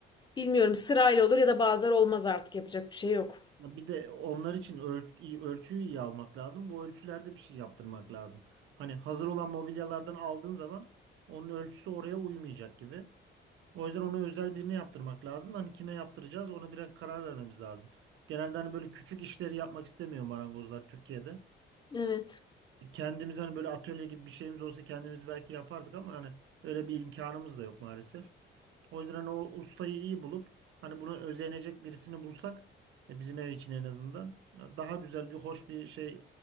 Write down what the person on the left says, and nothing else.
bilmiyorum sırayla olur ya da bazıları olmaz artık yapacak bir şey yok.
Evet.